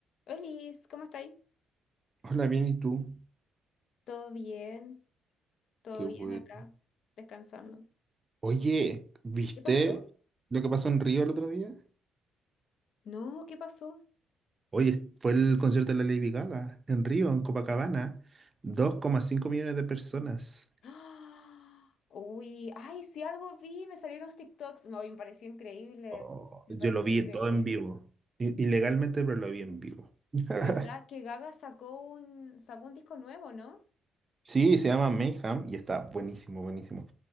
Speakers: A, on the left; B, on the right.
A: Olis, ¿cómo estáis?
B: Hola, bien, ¿y tú?
A: ¿Todo bien? ¿Todo
B: Qué
A: bien
B: bueno.
A: acá? Descansando.
B: Oye, ¿viste
A: ¿Qué pasó?
B: lo que pasó en Río el otro día?
A: No, ¿qué pasó?
B: Oye, fue el concierto de la Lady Gaga en Río, en Copacabana. 2,5 millones de personas.
A: ¡Ah! Uy, ay, si algo vi, me salieron los TikToks. No, y me pareció increíble.
B: Oh,
A: Me
B: yo
A: pareció
B: lo vi
A: increíble.
B: todo en vivo. I- Ilegalmente, pero lo vi en vivo. <laughs>
A: ¿Verdad que Gaga sacó un, sacó un disco nuevo, no?
B: Sí, se llama Mayhem y está buenísimo, buenísimo.